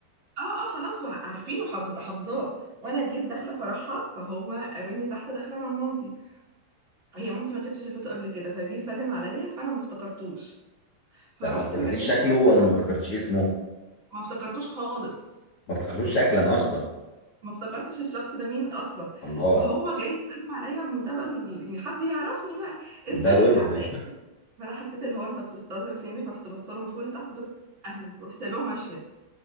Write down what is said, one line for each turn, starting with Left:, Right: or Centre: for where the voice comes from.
Right: اه اه خلاص وع- عارفينه حافظ حافظاه وانا جيت داخله فرحها فهو قابلني تحت داخله انا ومامتي هي مامتي ما كانتش شافته قبل كده فجه يسلم عليا فانا ما افتكرتوش فرحت
Left: لا ما افتكرتيش
Right: مركبه
Left: شكله
Right: وش الخشب
Left: ولا ما افتكرتيش
Right: ورحت-
Left: اسمه
Right: ما افتكرتوش خالص
Left: ما افتكرتوش
Right: ما ما
Left: شكلا
Right: افتكر-
Left: اصلا
Right: ما افتكرتش الشخص ده مين اصلا
Left: الله
Right: فهو جاي يسلم عليا بمنتهى بقى ال- يعني حد يعرفني بقى
Left: منتهى
Right: ازيك
Left: الود
Right: عامله
Left: <laughs>
Right: ايه فانا حسيت اللي هو انت بتستظرف يعني فرحت بصله من فوق لتحت دول اهلا ورحت سايباه وماشيه